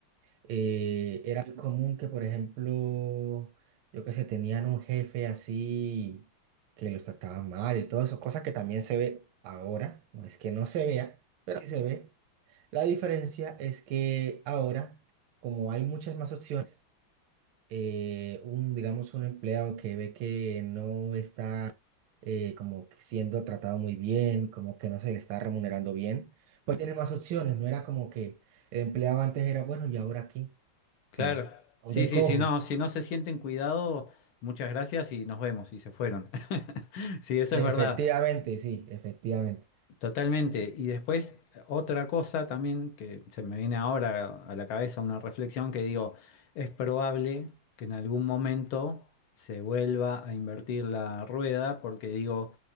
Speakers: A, on the right; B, on the left.
A: eh, era muy común que, por ejemplo, yo que sé, tenían un jefe así que los trataban mal y todo eso, cosa que también se ve ahora, no es que no se vea, pero sí se ve. La diferencia es que ahora, como hay muchas más opciones, eh, un, digamos, un empleado que ve que no está eh, como que siendo tratado muy bien, como que no se le está remunerando bien, pues tiene más opciones, no era como que el empleado antes era bueno y ahora aquí.
B: Claro.
A: O sea, de
B: Sí, sí,
A: cojo.
B: si no, si no se sienten cuidado, muchas gracias y nos vemos, y se fueron. <laughs> Sí, eso
A: Efectivamente,
B: es verdad.
A: sí, efectivamente.
B: Totalmente. Y después, otra cosa también que se me viene ahora a la cabeza, una reflexión que digo, es probable que en algún momento se vuelva a invertir la rueda, porque digo,